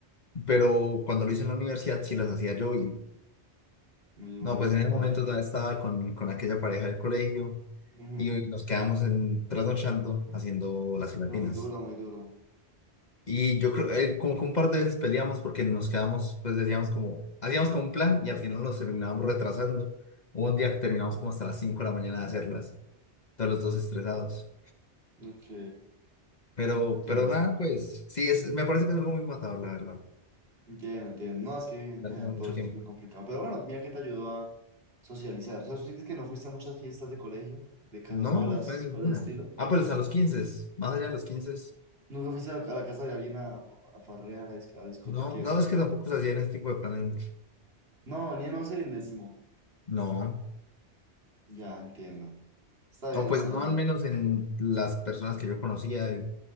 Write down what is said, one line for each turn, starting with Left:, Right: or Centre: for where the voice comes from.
Left: pero cuando lo hice en la universidad sí las hacía yo y
Right: Muy, muy,
Left: no, pues
Right: muy matador.
Left: en ese momento todavía estaba con, con aquella pareja del colegio
Right: Ujú.
Left: y nos quedamos en, trasnochando haciendo las gelatinas.
Right: Pero muy duro, muy duro.
Left: Y yo creo, eh, como que un par de veces peleamos porque nos quedamos, pues decíamos como, hacíamos como un plan y al final nos terminábamos retrasando. Hubo un día que terminamos como hasta las 5 de la mañana de hacerlas, todos los dos estresados.
Right: Ok,
Left: Pero,
Right: ya,
Left: pero
Right: ya.
Left: nada, pues sí, es, me parece que es algo muy matador, la verdad.
Right: Entiendo, entiendo. No, es que en
Left: Algo
Right: general
Left: de
Right: todo
Left: mucho
Right: eso
Left: tiempo.
Right: es muy complicado. Pero bueno, mira que te ayudó a socializar. O sea, ¿tú sientes que no fuiste a muchas fiestas de colegio, de casas
Left: No,
Right: solas,
Left: no fue ninguna.
Right: cosas de estilo?
Left: Ah, pues a los quince más allá de los quince
Right: ¿Nunca fuiste a a la casa de alguien a, a farrear, a, dis- a discotequear?
Left: No, no es que tampoco se hacían ese tipo de planes mucho.
Right: No, ni en once ni en décimo.
Left: No,
Right: Ya, entiendo. Está bien,
Left: o pues
Right: está
Left: no
Right: bien.
Left: al menos en las personas que yo conocía, eh,